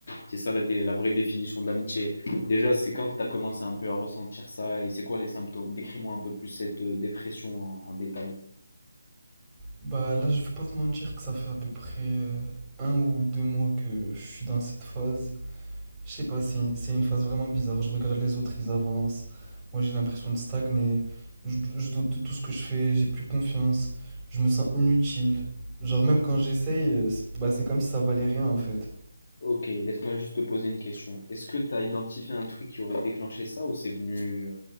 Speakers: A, on the left; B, on the right.
A: c'est ça la, dé- la vraie définition de l'amitié. Déjà, c'est quand que tu as commencé un peu à ressentir ça et c'est quoi les symptômes? Décris-moi un peu plus cette euh, dépression en en détail.
B: Bah là je vais pas te mentir que ça fait à peu près euh, un ou deux mois que je suis dans cette phase Je sais pas, c'est c'est une phase vraiment bizarre. Je regarde les autres, ils avancent. Moi, j'ai l'impression de stagner. Je, je doute de tout ce que je fais, j'ai plus confiance. Je me sens inutile. Genre, même quand j'essaye, euh, c'est bah, c'est comme si ça valait rien en fait.
A: Ok, laisse-moi juste te poser une question. Est-ce que tu as identifié un truc qui aurait déclenché ça ou c'est venu euh,